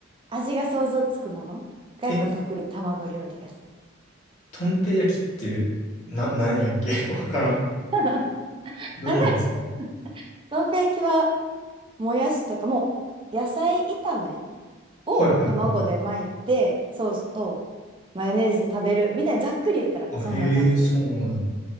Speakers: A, on the right; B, on the left.
A: 味が想像つくものがやっぱ得意、
B: え、
A: 卵料理が。
B: とんぺ焼きって、な、なんやっけ <laughs> わからん。
A: <laughs> あ、
B: どんなんですか
A: でも、とんぺ焼きはもやしとか、もう野菜炒めを卵で巻いて、
B: はいはいはい。
A: ソースとマヨネーズで食べるみたいにざっくり言ったらそんな感じです。
B: あ、へえ、そうなんや。